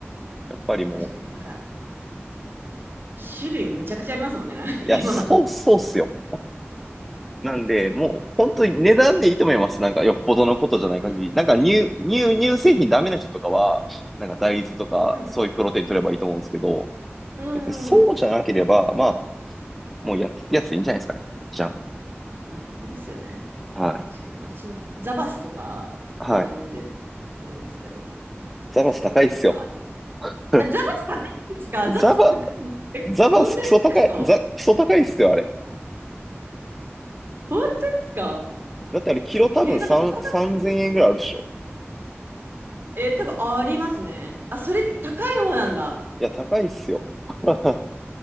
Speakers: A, in the centre; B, on the right (about 50°).
A: やっぱりもう
B: いや、確かに。なんか、種類むちゃくちゃありますもんね、なんか今。
A: いや、そう、そうっすよ。なんで、もう、本当に値段でいいと思います。なんか、よっぽどのことじゃない限り。
B: うんうんうん
A: なんか、乳、乳、乳製品ダメな人とかは、なんか、大豆とか、
B: うん。
A: そういうプロテイン取ればいいと思うんですけど、
B: うん。
A: 別にそうじゃなければ、
B: うん。
A: まあ、もう安いやついいんじゃないですかね。じゃん。
B: まあ、そうですよね。
A: はい。
B: 確かに。私もザバスとか、
A: はい。
B: 今飲んでるんですけど。
A: ザバス高いっすよ。
B: そう、なんか、あ、
A: <laughs>
B: あザバス高いんですかザバス高いんえ、
A: ザバ、ザバスクソ高い、
B: 本当ですか本
A: ザ、クソ高いっすよ、あれ。
B: 当ですか
A: だってあれ、キロ多分3、
B: えーなんかザバス、
A: 3000円ぐらいあるっしょ。
B: えー多分ありますね。あ、それ高い方なんだ。
A: いや、高いっすよ。<laughs>